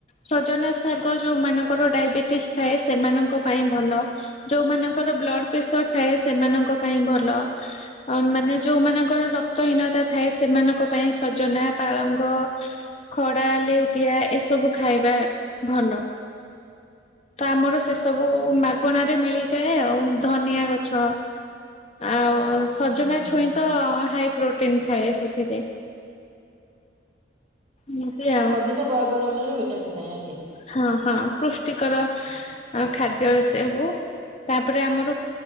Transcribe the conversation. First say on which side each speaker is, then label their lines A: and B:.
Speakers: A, on the left (about 35°); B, on the right (about 40°).
A: ସଜନା ଶାଗ ଯୋଉମାନଙ୍କର ଡାଇବେଟିସ ଥାଏ ସେମାନଙ୍କ ପାଇଁ ଭଲ। ଯୋଉମାନଙ୍କର ବ୍ଲଡ ପ୍ରେସର ଥାଏ ସେମାନଙ୍କ ପାଇଁ ଭଲ। ଅ ମାନେ ଯୋଉମାନାନଙ୍କର ରକ୍ତହୀନତା ଥାଏ ସେମାନଙ୍କ ପାଇଁ ସଜନା ପାଳଙ୍ଗ। ଖରାା ଲେଉଟିଆ ଏସବୁ ଖାଇବା ଭଲ। ତ ଆମର ସେ ସବୁ ମାଗଣ ରେ ମିଳିଯାଏ ଆଉ ଧନିଆ ଗଛ ଆଉ ସଜନା
B: ହୁଁ, ଆଜ୍ଞା
A: ଛୁଇଁ ତ ହାଇ ପ୍ରୋଟିନ। ତିନ ଥାଏ ସେଥିରେ। ମୁ ଦିଆ।
B: ଅଧିକ ପରିମାଣରେ ଭିଟାମିନ୍। ଥାଏ ଆଜ୍ଞା।
A: ହଁ ହଁ ପୃଷ୍ଟିକର ଖାଦ୍ୟ ଏ ସେବୁ। ତାପରେ ଆମର